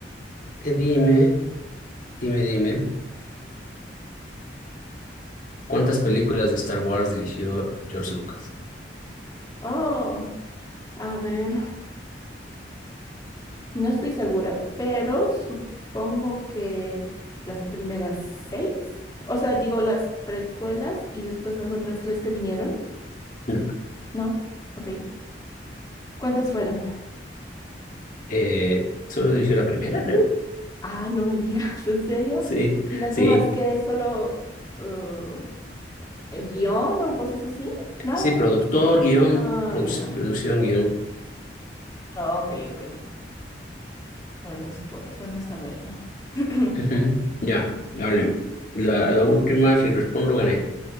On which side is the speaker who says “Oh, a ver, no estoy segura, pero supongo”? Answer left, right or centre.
Left